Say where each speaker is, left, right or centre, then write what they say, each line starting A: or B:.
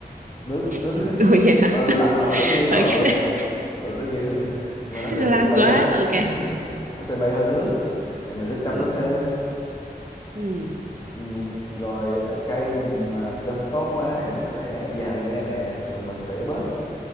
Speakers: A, on the left; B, on the right.
A: nước nước
B: <laughs>
A: <laughs>
B: ui vậy hả?
A: ừ lạnh lạnh là là
B: <laughs>
A: tất nhiên rồi
B: ok
A: nhưng mà lạnh
B: <laughs>
A: là tất nhiên <laughs> nhưng mà nó sẽ
B: lạnh
A: bị bay
B: quá
A: hơi
B: ok
A: <laughs> nó sẽ bay hơi nước thì mình sẽ chăm
B: ừ.
A: nước thêm
B: Ừ.
A: Ừ, rồi là cây mình mà chăm tốt quá thì nó sẽ dài ra nè rồi mình tỉa bớt